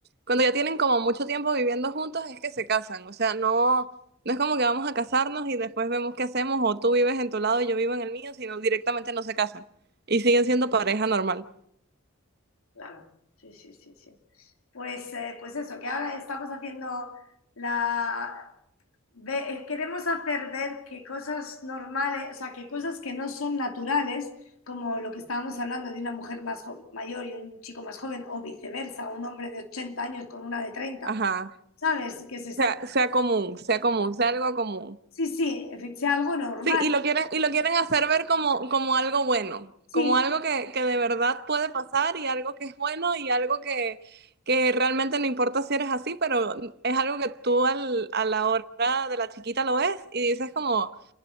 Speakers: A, on the right; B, on the left.
A: cuando ya tienen como mucho tiempo viviendo juntos es que se casan, o sea, no, no es como que vamos a casarnos y después vemos qué hacemos, o tú vives en tu lado y yo vivo en el mío, sino directamente no se casan y siguen siendo pareja normal.
B: claro, sí, sí, sí, sí. Pues, eh, pues eso, que ahora estamos haciendo la... ve- eh, queremos hacer ver que cosas normales, o sea, que cosas que no son naturales, como lo que estábamos hablando de una mujer más jo- mayor y un chico más joven, o viceversa, un hombre de 80 años con una de treinta,
A: Ajá,
B: ¿sabes? Que se saca...
A: sea, sea común, sea común, sea algo común.
B: Sí, sí, efe- sea algo normal.
A: Sí, y lo quieren, y lo quieren hacer ver como, como algo bueno,
B: Sí,
A: como algo que, que de verdad puede pasar y algo que es bueno y algo que, que realmente no importa si eres así, pero es algo que tú al- a la hora de la chiquita lo ves y dices como,